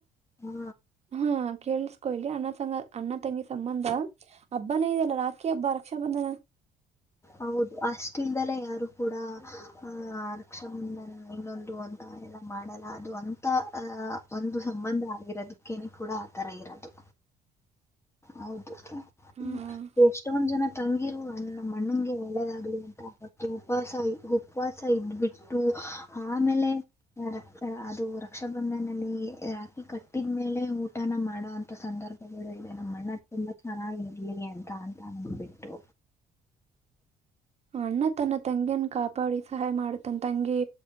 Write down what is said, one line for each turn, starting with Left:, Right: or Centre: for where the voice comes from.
Left: ಹಾ.
Right: ಹಾ ಕೇಳಸ್ಕೊ ಇಲಿ ಅಣ್ಣ ಸಂ ಅಣ್ಣ ತಂಗಿ ಸಂಬಂಧ ಹಬ್ಬನೇ ಇದೆಲ್ಲ ರಾತ್ರಿ. ಕೆ ಅಬ್ಬ ರಕ್ಷಾಬಂಧನ.
Left: ಹೌದು ಅಷ್ಟ ಇಲ್ದೆಲೇ ಯಾರು ಕೂಡ ಆ ಅರಕ್ಷ ಇನ್ನೊಂದು. ಎಲ್ಲ ಮಾಡಲ್ಲ ಅದು ಅಂದು. ಅಹ ಒಂದು ಸಂಬಂಧ ಆಗಿರೋದಕ್ಕನೆ ಕೂಡ ಆತರ ಇರೋದು. ಹೌದು್ಮ
Right: ಹ್ಮ್
Left: ಎಷ್ಟೊಂದ್ ಜನ ತಂಗಿರುವ ಅಲ್ಲಮ್ಮ. ಅಣ್ಣಂಗೆ ಒಳ್ಳೆದಾಗ್ಲಿ ಅಂತ ಉಪವಾಸ ಉಪವಾಸ ಇದಬಿಟ್ಟು ಆಮೇಲೆ. ರಕ್ತ ಅದು ರಕ್ಷಾಬಂಧನಲ್ಲಿ ರಾಕಿ ಕಟ್ಟಿದ್ಮೇಲೆ. ಊಟನ ಮಾಡೋಂಥ ಸಂದರ್ಭಗಳು ಇವೆ ನಮ್ಮ ಅಣ್ಣ ತುಂಬ ಚೆನ್ನಾಗಿ ಇರಲಿರಿ ಅಂತ ಅಂದ್ಬಿಟ್ಟು.
Right: ಅಣ್ಣ ತನ್ನ ತಂಗಿಯನ್ ಕಾಪ. ಬಾಡಿ ಸಹಾಯ ಮಾಡುತ್ತಾನ ತಂಗಿ